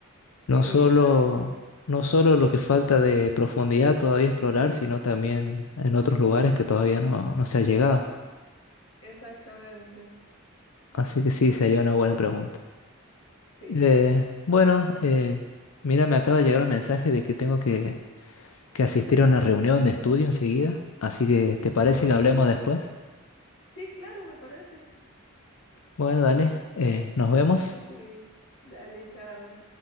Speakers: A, on the left; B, on the left.
A: Sí,
B: No solo,
A: exacto,
B: no solo lo que falta de profundidad todavía explorar, sino también en otros lugares que todavía no, no se ha llegado.
A: exactamente,
B: Así que sí, sería una buena pregunta.
A: sí.
B: Eh, bueno, eh, mira, me acaba de llegar un mensaje de que tengo que, que asistir a una reunión de estudio enseguida. Así que, ¿te parece
A: Ok,
B: que hablemos después?
A: sí, claro, me parece.
B: Bueno, dale, eh, nos vemos.
A: Ok, dale, chao.